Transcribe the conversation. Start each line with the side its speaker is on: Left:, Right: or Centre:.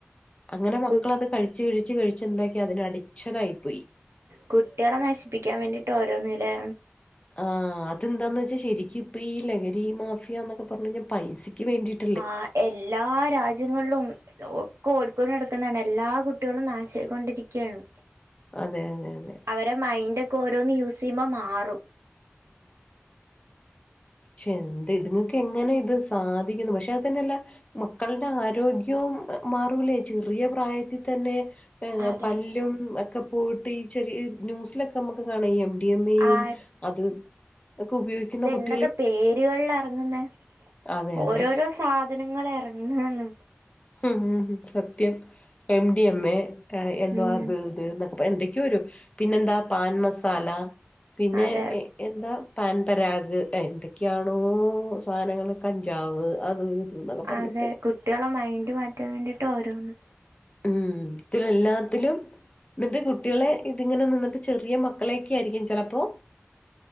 Left: അങ്ങനെ മക്കളത്
Right: കു
Left: കഴിച്ച് കഴിച്ച് കഴിച്ച് എന്താക്കി അതിന് അഡിക്ഷനായി പോയി
Right: കുട്ട്യളെ നശിപ്പിക്കാൻ വേണ്ടിട്ട് ഓരോന്നല്ലേ
Left: ആ അത് എന്താന്ന് വെച്ചാ ശെരിക്കും ഇപ്പ ഈ ലഹരി മാഫിയന്നൊക്കെ പറഞ്ഞു കഴിഞ്ഞാൽ പൈസക്ക് വേണ്ടിട്ട്
Right: ആഹ് എല്ലാ രാജ്യങ്ങളിലും ഒക്കെ ഓടിക്കോണ്ട് നടക്കുന്നതാണ് എല്ലാ കുട്ടികളും നാശായി കൊണ്ടിരിക്കാണ്
Left: അതെ അതെ അതെ
Right: അവരെ മൈൻഡ് ഒക്കെ ഓരോന്ന് യൂസ്യ്യുമ്പോ മാറും
Left: ക്ഷെ എന്ത് ഇതുങ്ങൾക്ക് എങ്ങനെ ഇത് സാധിക്കുന്നു പക്ഷെ അത് തന്നെല്ല മക്കളുടെ ആരോഗ്യവും മാറൂലേ ചെറിയ പ്രായത്തിൽ തന്നെ
Right: അതെ
Left: പല്ലും ഒക്കെ പോയിട്ട് ഈ ചെറിയ ന്യൂസിലൊക്കെ നമുക്ക് കാണും എംടിഎം ഏ യും
Right: ആ
Left: അത് ഒക്കെ ഉപയോഗിക്കുന്ന കുട്ടി
Right: എന്തൊക്കെ പേരുകളില അറങ്ങുന്നെ
Left: അതെ
Right: ഓരോരോ
Left: അതെ
Right: സാധനങ്ങൾ ഇറങ്ങാണ്
Left: ഉം സത്യം എം ഡി എം എ എന്തുവാ
Right: ഉം
Left: അത് എന്തൊക്കെയാ ഒരുരപിന്നെന്താ പാൻ മസാല പിന്നെ
Right: അതെ
Left: എന്താ പാൻ പരാഗ് എന്തൊക്കെയാണോ സാധനങ്ങൾ കഞ്ചാവ് അത് എന്നൊക്കെ പറഞ്ഞിട്ട്
Right: അതെ കുട്ടികളെ മൈൻഡ് മാറ്റാൻ വേണ്ടീട്ട് ഓരോന്ന്
Left: ഉം ഇതിൽ എല്ലാത്തിലും എന്നിട്ട് കുട്ടികളെ ഇതിങ്ങനെ നിന്നിട്ട് ചെറിയ മക്കളെയൊക്കെ ആയിരിക്കും ചിലപ്പോ